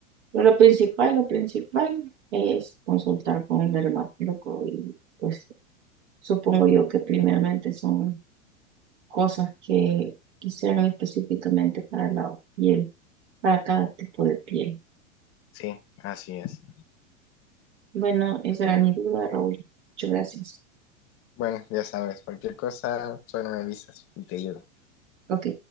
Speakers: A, on the right; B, on the left.
A: Pero lo principal, lo principal es consultar con el dermatólogo y pues supongo yo que primeramente son cosas que quisieran específicamente para la piel, para cada tipo de piel.
B: Sí, así es.
A: Bueno, esa era mi duda, Raúl. Muchas gracias.
B: Bueno, ya sabes, cualquier cosa, solo me avisas y te ayudo.
A: Ok.